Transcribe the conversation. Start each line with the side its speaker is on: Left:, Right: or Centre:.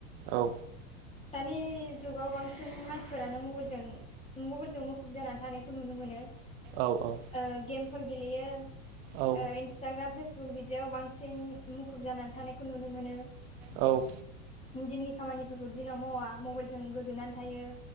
Right: औ
Left: दानि जुगाव बांसिन मानसिफोरानो मबाइलजों मबाइलजों मुखुब जानानै थानायखौ नुनो मोनो।
Right: औ औ
Left: ओ गेमफोर गेलेयो
Right: औ
Left: ओ इन ताग्राम फेसबुक बिदियाव बांसिन मुखुब जानानै थानायखौ नुनो मोनो।
Right: औ
Left: दिननि खामानिफोरखौ दिनाव मावा मबाइलजों गोदोनानै थायो।